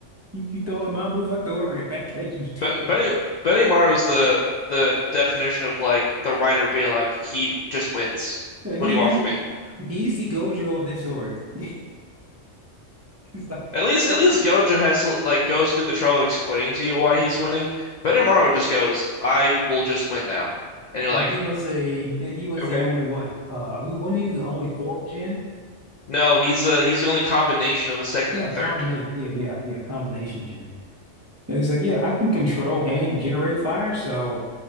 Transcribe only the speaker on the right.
You, you throw at my move, I throw it right back at you stronger.
Yeah, He,
he
he's the Gojo of this org. <laughs> He's like,
well,
he was a he was
the only what? Uh, who wasn't he the only fourth gen?
Yeah,
combination.
Yeah, yeah, yeah, combination gen. And he's like, yeah, I can control and generate fire. So